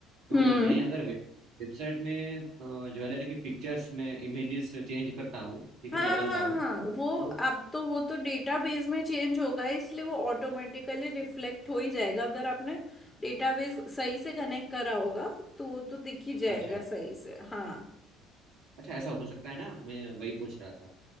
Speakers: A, on the right (about 60°); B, on the left (about 20°).
A: तो
B: हम्म
A: मैं अगर वे, वेबसाइट में अ, ज्वेलरी की पिक्चर्स में इमेजेस चेंज करता हूँ ठीक
B: हाँ
A: है बदलता
B: हाँ
A: हूँ
B: हाँ वो
A: तो
B: आप तो वो तो डेटाबेस में चेंज होगा इसलिए वो ऑटोमेटिकली रिफ्लेक्ट हो ही जाएगा अगर आपने डेटाबेस सही से कनेक्ट करा होगा तो वो तो दिख ही जाएगा
A: अच्छा
B: सही से हाँ
A: अच्छा ऐसा हो सकता है ना मैं वही पूछ रहा था